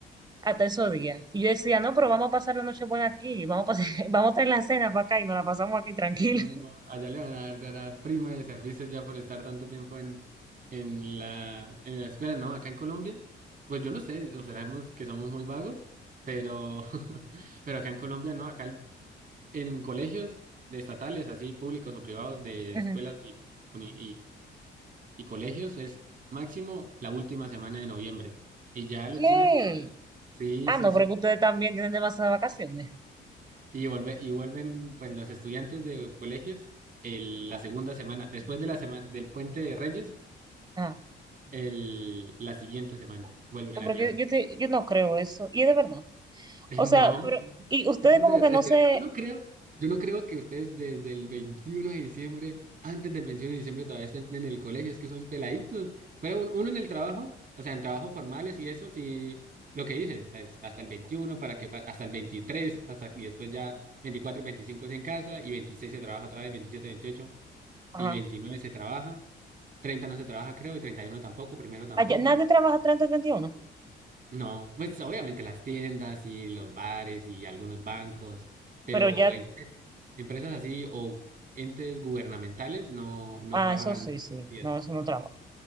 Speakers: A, on the right; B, on the right.
A: hasta esos días. Y yo decía, no, pero vamos a pasar la noche buena aquí, vamos a, pasar, <laughs> vamos a traer la cena para acá y nos la pasamos aquí tranquila.
B: no, allá le van a dar a la prima de servicio ya por estar tanto tiempo en, en la, en la escuela, ¿no? Acá en Colombia, pues yo no sé, o sabemos que somos muy vagos, pero, <laughs> pero acá en Colombia, ¿no? Acá en colegios de estatales, así públicos o privados, de
A: Ajá.
B: escuelas
A: <laughs>
B: y, uni- y colegios es máximo la última semana de noviembre. Y ya los
A: ¿Qué?
B: chinos, sí,
A: Ah,
B: sí,
A: no,
B: sí.
A: porque ustedes también tienen demasiadas vacaciones.
B: Y vuelve, y vuelven pues los estudiantes de colegios el, la segunda semana, después de la semana del puente de Reyes,
A: Ah,
B: el, la siguiente semana vuelven
A: no,
B: a
A: porque
B: clase.
A: yo, te- yo no creo eso. Y es de verdad.
B: <laughs>
A: O
B: No,
A: sea, pero, y ustedes
B: eso
A: como
B: es de verdad.
A: que no
B: Es
A: se,
B: que yo no creo, yo no creo que ustedes desde el 21 de diciembre, antes del 21 de diciembre todavía estén en el colegio, es que son peladitos. Pero un- uno en el trabajo, o sea, en trabajos formales y eso, sí, lo que dices, pues hasta el 21 para que pa- hasta el 23 hasta y después ya 24 25 es en casa y 26 se trabaja otra vez, 27 28
A: Ajá.
B: y 29 se trabaja, 30 no se trabaja, creo, y 31 tampoco, primero tampoco.
A: Allá, nadie trabaja treinta treinta y uno
B: No, pues obviamente las tiendas y los bares y algunos bancos, pero
A: pero ya,
B: empre- empresas así o entes gubernamentales no, no
A: ah,
B: trabajan.
A: eso sí, sí,
B: bien.
A: no, eso no trabaja.